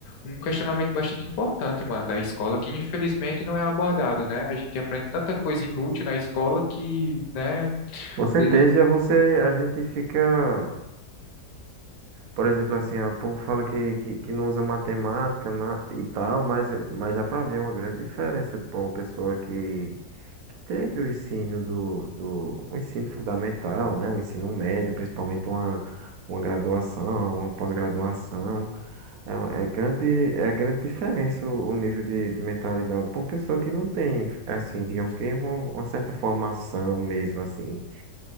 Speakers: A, on the left; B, on the right.
A: um questionamento bastante importante, mano, da escola, que infelizmente não é abordado, né? A gente aprende tanta coisa inútil na escola que, né,
B: Com certeza
A: poderia.
B: você a gente fica Por exemplo, assim, ó, o povo fala que, que, que não usa matemática na- e tal, mas, mas já pra ver uma grande diferença para uma pessoa que, que teve o ensino do, do o ensino fundamental, né? O ensino médio, principalmente uma, uma graduação, uma pós-graduação. É, uma- é grande, é grande diferença o, o nível de, de mentalidade para uma pessoa que não tem, assim, digamos que uma, uma certa formação mesmo, assim